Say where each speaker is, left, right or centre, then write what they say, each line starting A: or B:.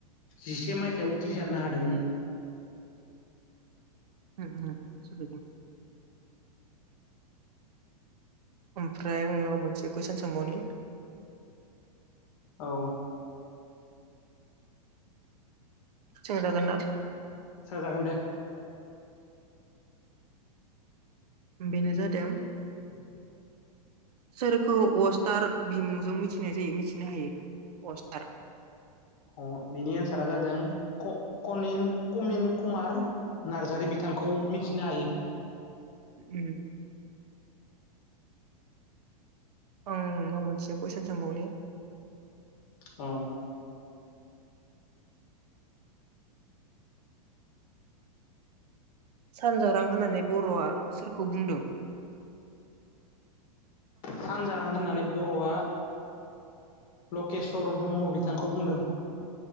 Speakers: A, on the left; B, on the right.
A: जिसे मायथाइयाव उथ्रिसारनो हादोंमोन।
B: उम उम सुजुदों। ओमफ्राय नोंनाव मोनसे कुइसन सोंबावनि
A: औ
B: सोंजागोन ना?
A: सोजागोन दे।
B: बेनो जादों
A: <inaudible>
B: सोरखौ अस्टार बिमुंजों मिथिनाय जायो मिथिनो हायो अस्टार?
A: अ बिनि एन्सारा जादों क कनिन कमिन कुमार नार्जारि बिथांखौ मिथिनो हायो।
B: उम ओं नोंनाव मोनसे कुइसन सोंबावनि
A: औ
B: सानजारां होननानै बर'आ सोरखौ बुंदों?
A: सानजारां होननानै बर'आ लकेस्वर ब्रह्म बि बिथांखौ बुंदों।